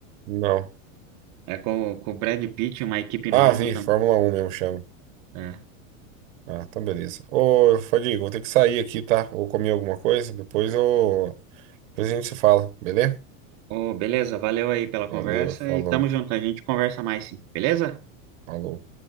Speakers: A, on the right; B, on the right.
A: Não.
B: É com, com o Brad Pitt, uma equipe
A: Ah,
B: nova
A: vi, Fórmula 1 mesmo chama.
B: também.
A: Ah, então beleza. Ô, Fadiga, vou ter que sair aqui, tá? Vou comer alguma coisa, depois eu... Depois a gente se fala, beleza?
B: Ô, beleza, valeu aí pela
A: Valeu,
B: conversa
A: falou,
B: e tamo junto, a gente conversa mais sim, beleza?
A: falou.